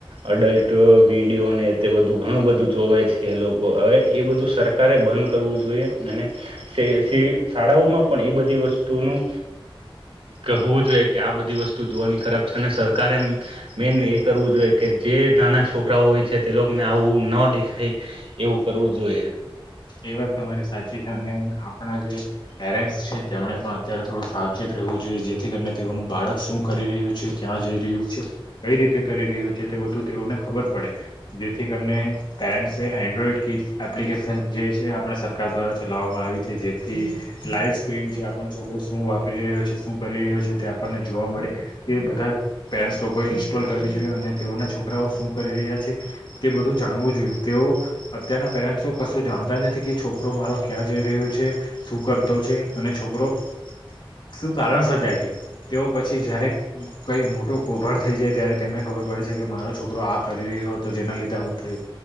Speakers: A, on the right; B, on the left.
A: અડલ્ટ વિડીયોને તે બધું ઘણું બધું જોવે છે એ લોકો હવે એ બધું સરકારે બંધ કરવું જોઈએ અને સે સે શાળાઓમાં પણ એ બધી વસ્તુનું કહવું જોઈએ કે આ બધું બધી વસ્તુ જોવાની ખરાબ છે અને સરકારે મેન એ કરવું જોઈએ કે જે નાના છોકરાઓ હોય છે તે લોકોને આવું ન દેખાય એવું કરવું જોઈએ.
B: એ વાત તમારી સાચી છે અને આપણા જે પેરેન્ટ્સ છે તેમને પણ અત્યારે થોડું સાવચેત રહેવું જોઈએ. જેથી કરીને તેઓનું બાળક શું કરી રહ્યું છે, ક્યાં જઈ રહ્યું છે, કઈ ર કરી રહ્યું છે તે બધું તેઓને ખબર પડે જેથી કરીને પેરેન્ટ એન્ડ્રોઈડ ગી એપ્લિકેશન જે છે આપણે સરકાર દ્વારા ચલાવવામાં આવી છે. જેથી લાઈવ સ્ક્રીન જે આપણો છોકરો શું વાપરી રહ્યો છે શું કરી રહયો છે આપને જોવા મળે તે બધા પે લોકો ઇન્સ્ટોલ કરવી જોઈએ અને તેઓ છોકરાઓ શું કરી રહ્યા છે તે બધું જાણવું જોઈએ તેઓ અત્યારના પેરેન્ટસ કશું જાણ તા નથી કે છોકરો મારો ક્યાં જઈ રહ્યો છે, શું કરતો છે અને છોકરો શું કારણ સર્જાય છે. તેઓ પછી જયારે કઈ મોટો કૌભાંડ થઈ જાય ત્યારે તેમને ખબર ખર પડે છે કે મારો છોકરો આ કરી રહ્યો હતો જેના લીધે આવું થયુ